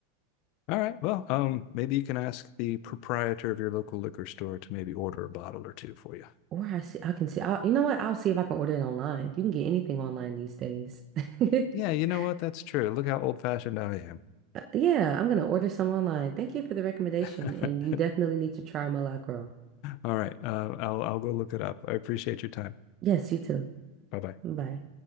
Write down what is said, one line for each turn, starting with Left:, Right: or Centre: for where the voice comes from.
Left: All right. Well, um, maybe you can ask the proprietor of your local liquor store to maybe order a bottle or two for you.
Right: Or I see, I can see. I, you know what? I'll see if I can order it online. You can get anything online these days. <laughs>
Left: Yeah, you know what? That's true. Look how old-fashioned I am.
Right: Uh, Yeah, I'm gonna order some online. Thank you for the recommendation,
Left: <laughs>
Right: and you definitely need to try Malacro.
Left: All right. Uh, I'll I'll go look it up. I appreciate your time.
Right: Yes, you too.
Left: Bye bye.
Right: Bye.